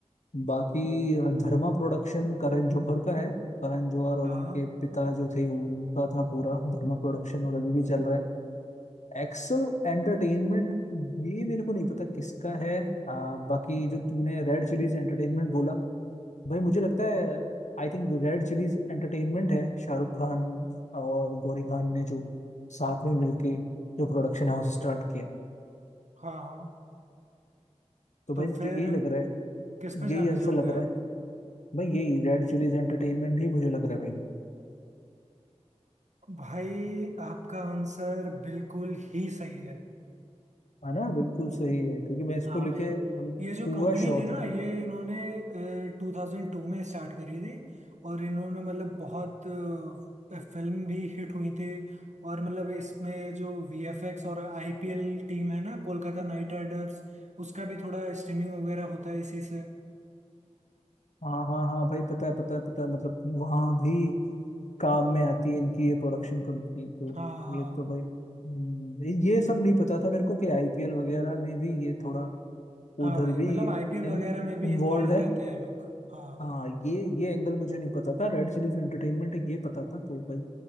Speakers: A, on the left; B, on the right.
A: बाकी अ, धर्मा प्रोडक्शन करण जौहर का है करण जौहर और
B: हाँ
A: उनके पिता जो थे उनका था पूरा धर्मा प्रोडक्शन और अभी भी चल रहा है एक्सल एंटरटेनमेंट ये मेरे को नहीं पता किसका है आ, बाकी जो तुमने रेड चिलीज एंटरटेनमेंट बोला भाई मुझे लगता है I think red chillies entertainment है शाहरुख खान और गौरी खान ने जो साथ में मिलके जो प्रोडक्शन हाउस स्टार्ट किया
B: हाँ हाँ
A: तो
B: तो
A: भाई मुझे
B: फिर
A: यही लग रहा है
B: किस पे जानना
A: यही आंसर
B: चाहोगे
A: लग
B: आप
A: रहा है भाई यही रेड चिलीज एंटरटेनमेंट ही मुझे लग रहा है भाई
B: भाई आपका आंसर बिल्कुल ही सही है
A: है ना बिल्कुल सही है क्योंकि मैं इसको
B: हाँ
A: लेके
B: भाई
A: मतलब
B: ये जो
A: पूरा
B: कंपनी
A: श्योर
B: थी ना
A: था
B: ये इन्होंने टू थाउजेंड टू में स्टार्ट करी थी और इन्होंने मतलब बहुत फिल्म भी हिट हुई थी और मतलब इसमें जो वीएफएक्स और आईपीएल टीम है ना कोलकाता नाइट राइडर्स उसका भी थोड़ा स्ट्रीमिंग वगैरह होता है इसी से
A: हाँ हाँ हाँ भाई पता है पता है पता है मतलब वहाँ भी काम में आती है इनकी ये प्रोडक्शन कंपनी तो
B: हाँ हाँ
A: ये तो भाई हम्म, ये सब नहीं पता था मेरे को कि आईपीएल वगैरह में भी ये थोड़ा
B: हाँ
A: उधर
B: भाई
A: भी
B: मतलब आईपीएल
A: इन,
B: वगैरह में भी
A: इन्वॉल्व
B: इन्वॉल्व
A: है
B: रहते हैं लोग हाँ
A: हाँ ये ये एंगल मुझे नहीं पता था रेड चिलीज एंटरटेनमेंट है ये पता था तो भाई